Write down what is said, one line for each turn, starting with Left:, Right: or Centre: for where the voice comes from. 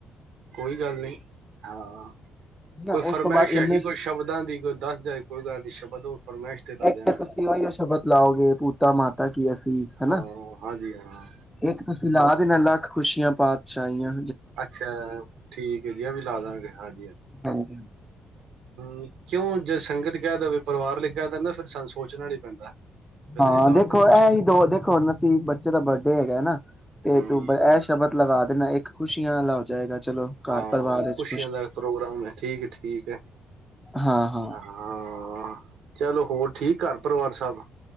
Right: ਕੋਈ ਗੱਲ ਨੀ ਹਾਂ <unintelligible>
Centre: ਨਾ
Right: ਕੋਈ
Centre: ਉਸ
Right: ਫਰਮਾਇਸ਼
Centre: ਤੋਂ ਬਾਅਦ ਇੰਨੇ
Right: ਹੈਗੀ, ਕੋਈ ਸ਼ਬਦਾਂ ਦੀ, ਕੋਈ ਦੱਸ ਦਿਆ ਜੇ ਕੋਈ ਗੱਲ ਸ਼ਬਦ ਫਰਮਾਇਸ਼ ਲਾ
Centre: ਏਕ
Right: ਦਿਆਂਗੇ
Centre: ਤੇ ਤੁਸੀਂ ਓਇਓ ਸ਼ਬਦ ਲਾਓਗੇ 'ਪੂਤਾ-ਮਾਤਾ ਕੀ ਆਸੀਸ' ਹਨਾ
Right: ਹਾਂ ਹਾਂਜੀ ਹਾਂ
Centre: ਏਕ ਤੁਸੀਂ ਲਾ ਦੇਣਾ ਲਖ ਖੁਸ਼ੀਆਂ ਪਾਤਸ਼ਾਹੀਆ
Right: ਅੱਛਾ ਠੀਕ ਹੈ ਜੀ। ਆ ਵੀ ਲਾਦਾਂਗੇ ਹਾਂਜੀ
Centre: ਹਾਂਜੀ। ਹਾਂਜੀ
Right: ਹਮ ਕਿਉਂ ਜੇ ਸੰਗਤ ਕਹਿ ਦੇਵੇ ਪਰਿਵਾਰ ਲਈ ਕਹਿ ਦੇੰਦੇ ਫਿਰ ਸਾਨੂੰ ਸੋਚਣਾ ਨੀ ਪੈਂਦਾ ਫਿਰ
Centre: ਹਾਂ
Right: ਅਸੀਂ ਲਾ
Centre: ਦੇਖੋ
Right: ਦਿੰਦੇ
Centre: ਇਹ ਹੀ ਦੋ ਦੇਖੋ ਹੁਣ ਅਸੀਂ ਬੱਚੇ ਦਾ ਬਰਡੇ ਹੈਗਾ ਨਾ ਤੇ
Right: ਹਾਂ
Centre: ਤੂੰ ਇਹ ਸ਼ਬਦ ਲਗਾ ਨਾ ਇੱਕ ਖੁਸ਼ੀਆਂ ਆਲਾ ਹੋ ਜਾਏਗਾ ਚਲੋ ਘਰ
Right: ਹਾਂ,
Centre: ਪਰਿਵਾਰ ਵਿੱਚ
Right: ਖੁਸ਼ੀਆਂ ਦਾ ਪ੍ਰੋਗਰਾਮ ਹੈ। ਠੀਕ ਏ, ਠੀਕ ਏ,
Centre: ਹਾਂ ਹਾਂ
Right: ਹਾਂ ਚਲੋ ਹੋਰ ਠੀਕ ਘਰ ਪਰਿਵਾਰ ਸਭ